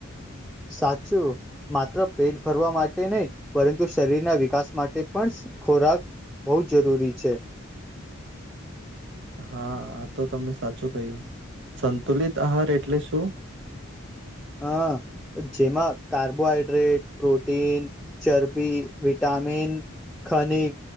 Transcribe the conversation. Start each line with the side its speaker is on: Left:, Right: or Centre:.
Centre: સાચું. માત્ર પેટ ભરવા માટે નહીં પરંતુ શરીરના વિકાસ માટે પણ ખોરાક બહુ જરૂરી છે.
Right: હા આ તો તમને સાચું ક્યું સંતુલિત આહાર એટલે શું
Centre: હ જેમાં કાર્બોહાઈડ્રેટ પ્રોટીન ચરબી વિટામિન ખનિક